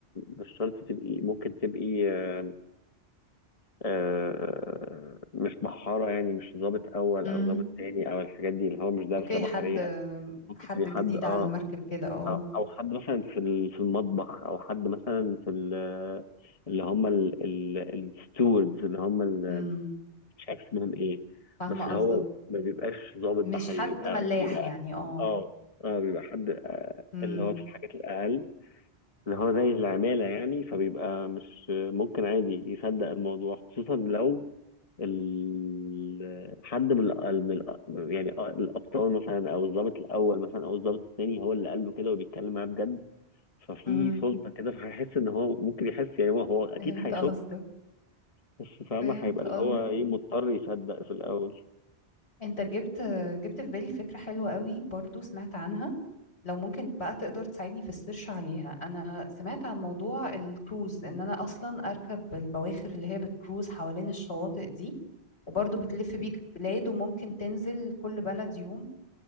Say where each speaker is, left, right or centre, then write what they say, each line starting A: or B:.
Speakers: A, on the left (about 35°); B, on the left (about 70°).
A: مش شرط تبقي ممكن تبقي آه، آه، مش بحارة يعني مش ضابط أول
B: امم
A: أو ضابط تاني أو الحاجات دي اللي هو مش دارسة
B: اوكي
A: بحرية
B: حد
A: ممكن
B: حد
A: تبقي حد
B: جديد
A: اه
B: على المركب كده اه
A: أو أو حد مثلا في ال- في المطبخ أو حد مثلا في ال- اللي هم الستوردز اللي هم ال-
B: امم
A: مش عارف اسمهم إيه
B: فاهمة
A: بس
B: قصدك
A: هو ما بيبقاش ضابط
B: مش
A: بحري
B: حد
A: بيبقى
B: ملاح
A: بيبقى
B: يعني اه
A: اه اه بيبقى حد آه،
B: امم
A: اللي هو في الحاجات الأقل اللي هو زي العمالة يعني فبيبقى مش ممكن عادي يصدق الموضوع خصوصا لو ال... حد من, ال... من ال... يعني الأبطال مثلا أو الضابط الأول مثلا أو الضابط الثاني هو اللي قال له كده وبيتكلم معاه بجد ففي
B: امم
A: صدمة كده فهيحس إن هو ممكن يحس يعني هو, هو أكيد
B: فهمت
A: هيشك
B: قصدك
A: بس فاهمة
B: فهمت
A: هيبقى
B: قصدك
A: اللي هو إيه مضطر يصدق في الأول
B: انت جبت جبت في بالي فكرة حلوة قوي برضو سمعت عنها لو ممكن بقى تقدر تساعدني في السيرش عليها انا سمعت عن موضوع الكروز ان انا اصلا اركب البواخر اللي هي بتكروز حوالين الشواطئ دي وبرضه بتلف بيك بلاد وممكن تنزل كل بلد يوم